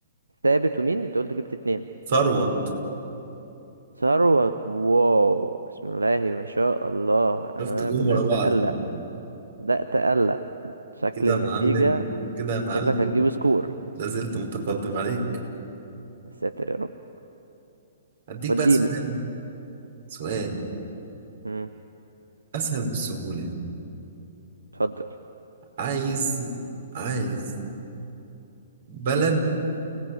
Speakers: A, on the right; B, on the right.
A: ثابت ومين انت قلت جبت اتنين
B: ثروت
A: ثروت واو بسم الله ما شاء الله
B: شفت
A: انا
B: جم
A: بدأت
B: ورا بعض
A: اقلق
B: كده
A: بدأت اقلق شكل
B: كده يا
A: النتيجة
B: معلم كده يا معلم
A: شكلك هتجيب سكور
B: لازلت متقدم عليك
A: يا ساتر يا رب
B: هديك
A: وديني
B: بقى سؤال سؤال
A: مم.
B: اسهل من السهولة
A: اتفضل
B: عايز عايز بلد